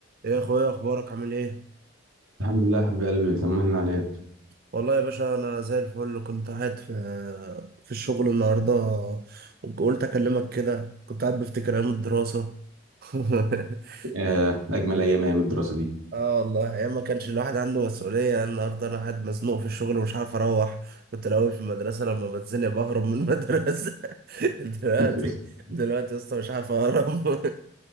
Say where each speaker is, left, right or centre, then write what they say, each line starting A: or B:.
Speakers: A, on the right (about 45°); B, on the right (about 80°).
A: ايه يا اخويا إيه اخبارك عامل ايه
B: الحمد لله حبيب قلبي بيطمنا عليك
A: والله يا باشا انا زي الفل كنت قاعد في في الشغل النهارده وقلت اكلمك كده كنت قاعد بفتكر ايام الدراسه <laughs>
B: آه، اجمل ايام ايام الدراسه دي
A: اه والله ايام ما كانش الواحد عنده مسؤوليه النهارده انا قاعد مزنوق في الشغل ومش عارف اروح كنت الاول في المدرسه لما بتزنق بهرب من المدرسه <laughs> دلوقتي
B: <laughs>
A: دلوقتي يا اسطى مش عارف اهرب